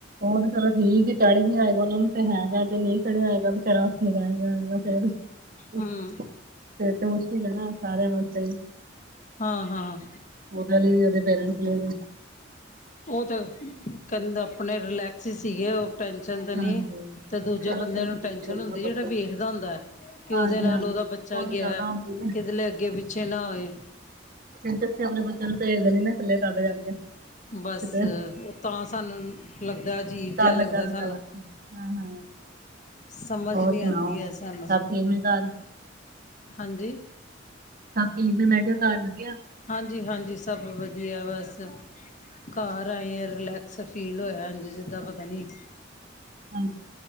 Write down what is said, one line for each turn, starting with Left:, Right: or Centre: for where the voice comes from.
Right: ਉਹ ਤੇ ਚਲੋ ਠੀਕ ਚੜ੍ਹ ਗਿਆ ਆਏਗਾ ਉਹਨਾ ਨੂੰ ਤੇ ਹੈਗਾ ਤੇ ਨਹੀਂ ਚੜ੍ਹਿਆ ਹੋਏਗਾ ਵਿਚਾਰਾ ਉੱਥੇ ਰਹਿ ਗਿਆ ਹੈਏਗਾ ਫੇਰ ਇਹ
Left: ਹੂੰ
Right: ਤਾਂ ਮੁਸ਼ਕਿਲ ਐ ਨਾ ਸਾਰਿਆਂ ਵਾਸਤੇ <unintelligible>
Left: ਹਾਂ-ਹਾਂ।
Right: ਉਹਦੇ ਲਈ ਉਦੇ ਪੇਰੈਂਟਸ ਲਈ
Left: ਉਹ ਤੇ ਕਹਿੰਦੇ ਆਪਣੇ ਰਿਲੈਕਸ ਹੀ ਸੀਗੇ ਉਹ ਟੈਨਸ਼ਨ ਤੇ ਨੀ
Right: ਹਾਂਜੀ।
Left: ਤੇ ਦੂਜੇ
Right: ਚਲੋ
Left: ਬੰਦੇ
Right: ਫਿਰ
Left: ਨੂੰ
Right: ਠੀਕ
Left: ਟੈਨਸ਼ਨ
Right: ਰਹੇਗਾ
Left: ਹੁੰਦੀ ਜਿਹੜਾ
Right: ਬੱਚੇ ਨੂੰ।
Left: ਵੇਖਦਾ ਹੁੰਦਾ ਕਿ
Right: ਹਾਂਜੀ
Left: ਉਹਦੇ ਨਾਲ
Right: ਹਾਂਜੀ
Left: ਉਹਦਾ ਬੱਚਾ
Right: ਕੋਲ
Left: ਗਿਆ
Right: ਜ਼ਿਆਦਾ ਹੁੰਦੀ ਹੈ
Left: ਕਿਦਰੇ ਅੱਗੇ ਪਿੱਛੇ ਨਾ ਹੋਏ।
Right: ਕ ਅਸੀਂ ਆਪਣੇ ਬੱਚਿਆਂ ਨੂੰ ਭੇਜ ਦੇ ਨੀ-ਨਾ ਇਕੱਲੇ ਸਾਡੇ ਕਰਕੇ
Left: ਬਸ
Right: ਕਿਤੇ
Left: ਉਹ ਤਾਂ ਸਾਨੂੰ ਲੱਗਦਾ ਅਜੀਬ
Right: ਡਰ
Left: ਜਿਹਾ ਲੱਗਦਾ
Right: ਲੱਗਾ ਰਹਿੰਦਾ
Left: ਸਾਨੂੰ
Right: ਬਸ ਹਾਂ ਹਾਂ
Left: ਸਮਝ
Right: ਹੋਰ
Left: ਨੀ
Right: ਸੁਣਾਓ?
Left: ਆਉਂਦੀ ਐ ਸਾਨੂੰ,
Right: ਸਭ ਠੀਕ ਨੇ ਘਰ
Left: ਹਾਂਜੀ।
Right: <unintelligible> ਮੈਂ ਕਿਹਾ ਘਰ ਵਧੀਆ।
Left: ਹਾਂਜੀ-ਹਾਂਜੀ, ਸਭ ਵਧੀਆ ਬਸ। ਘਰ ਆਏ ਆ ਰਿਲੈਕਸ ਫੀਲ ਹੋਇਆ ਇੰਝ ਜਿਦਾਂ ਪਤਾ ਨੀ।
Right: ਹਾਂਜੀ।